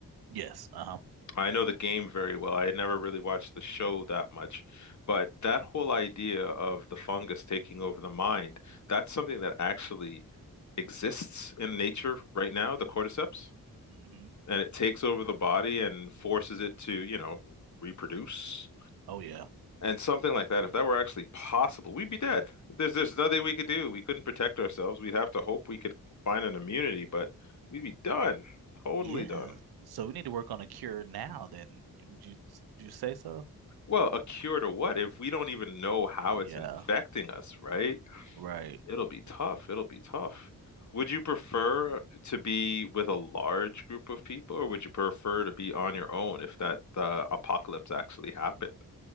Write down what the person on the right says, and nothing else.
Yes. Uh-huh.
hmm
Oh yeah.
Yeah.
So we need to work on a cure now then. Would you would you say so?
Well,
yeah,
right.